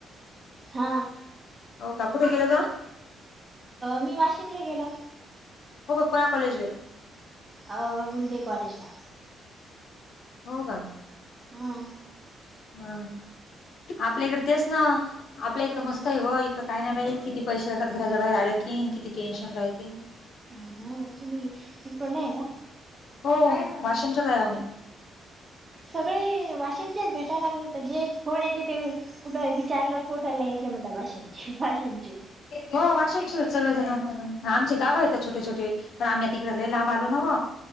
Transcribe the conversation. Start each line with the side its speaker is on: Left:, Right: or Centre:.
Right: हा
Left: हो का कुठे केलं का
Right: मी वाशिमला गेला
Left: हो का करा कलेजले
Right: अ बुंदी कॉलेज ला
Left: हो का
Right: हम
Left: हं आपल्याकडे तेच ना आपल्या इकडं मस्त आहे व इकडं काय नाही बाई किती पैसे जातात घराच्या बाहेर आलं की किती टेन्शन राहते
Right: हो ना तुम्ही इ पला आहे का
Left: हो वाशिमच्याच आ आहे आम्ही
Right: सगळे वाशिमच्याच भेटायला लागले तर जे फोन येते ते कुठे विचारला कोठले हेेत तर म्हणतात वाशिमचे वाशिमचे
Left: हो वाशिमचे सगळेजण आमची गावं आहेत छोटे छोटे तर आम्ही आ तिककडे ल लांब आलो नव